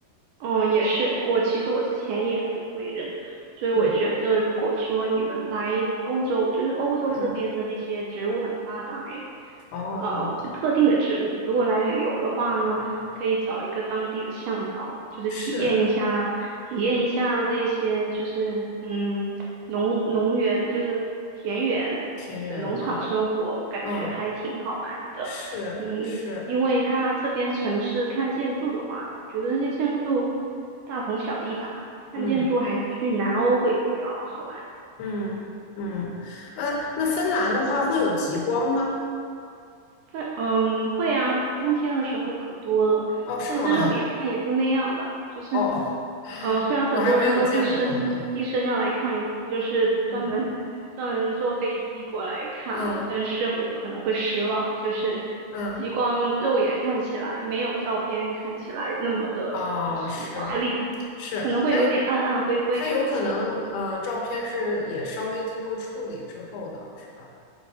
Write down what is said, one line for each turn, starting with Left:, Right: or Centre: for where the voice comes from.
Right: 哦，也是，我其实我之前也不会认，所以我觉得如果说你们来欧洲，
Left: 嗯
Right: 就是欧洲这边的那些植物很发达，
Left: 嗯，
Right: 诶，
Left: 哦，
Right: 呃，就特定的植物，如果来旅游的话呢，
Left: 嗯，
Right: 可以找一个当地的向导，就是体验一下，
Left: 是
Right: 体验一下这一些就是嗯农农园，就是田园的农场生活，
Left: 田园啊，
Right: 我感觉还挺好玩的。
Left: 嗯。是是，
Right: 嗯，因为它这边城市看建筑的话，我觉得那些建筑大同小异吧，看建筑还是去南欧会比较好玩。
Left: 嗯嗯嗯，啊，那芬兰的话会有极光吗？
Right: 非嗯会啊，冬天的时候可多了，
Left: 哦，是吗？
Right: 但是肉眼看也就那样吧。
Left: <laughs>
Right: 就是，
Left: 哦，
Right: 嗯、虽然很多人说一生一生要来看一次，
Left: 我还没有见过。<laughs>
Right: 就是专门专门坐飞机过来看，
Left: 嗯，嗯
Right: 但是我有可能会失望，就是极光肉眼看起来没有照片看起来那么的，
Left: 嗯，哦，
Right: 就是华丽，
Left: 是是，
Right: 它可能会有一点暗暗灰灰的。
Left: 它有它有可能呃，照片是也稍微经过处理之后的，是吧？